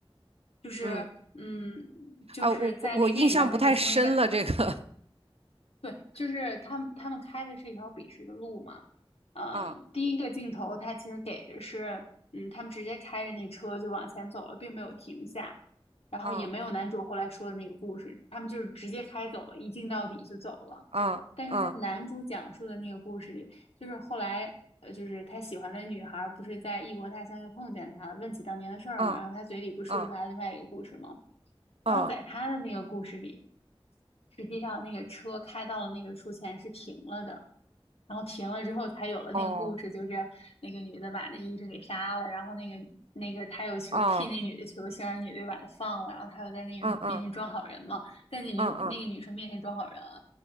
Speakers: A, on the left; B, on the right.
A: 就是，
B: 嗯，
A: 嗯，就是在那个电影当中被称为感，
B: 啊，我我我印象不太深了这个。<laughs>
A: 对，就是他们他们开的是一条笔直的路嘛。呃，
B: 啊
A: 第一个镜头他其实给的是，嗯，他们直接开着那车就往前走了，并没有停下，然后也没有男主后来说的那个故事，
B: 啊
A: 他们就是直接开走了，一镜到底就走了。
B: 啊啊
A: 但是在男主讲述的那个故事里，就是后来，呃，就是他喜欢的女孩儿不是在异国他乡又碰见他了，问起当年的事儿嘛，
B: 啊
A: 然后他嘴里不是说出来另外一个故事吗？
B: 啊
A: 然后在他的那个故事里，
B: 啊
A: 实际上那个车开到了那个树前是停了的，然后停了之后才有了那个故事，
B: 哦哦
A: 就是那个女的把那医生给杀了，然后那个那个他又求替那女的求情，
B: 哦
A: 让那女的又把他放了，然后他又在那个面前装好人嘛，
B: 嗯嗯
A: 在那女那个女生面前装好人，
B: 嗯嗯